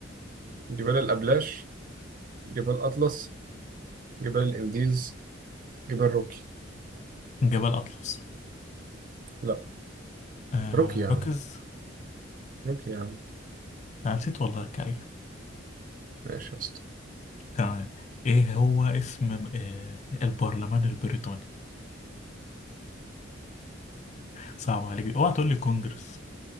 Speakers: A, on the right (about 45°); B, on the left (about 35°).
A: جبال الأبلاش جبال أطلس جبال الإنديز جبال روكي
B: جبل أطلس
A: لا
B: آه
A: روكي يا
B: ركز
A: عم روكي يا عم
B: أنا نسيت والله يا كريم
A: ماشي يا اسطى
B: تمام ايه هو اسم آه البرلمان البريطاني صعب عليك اوعى تقول لي كونجرس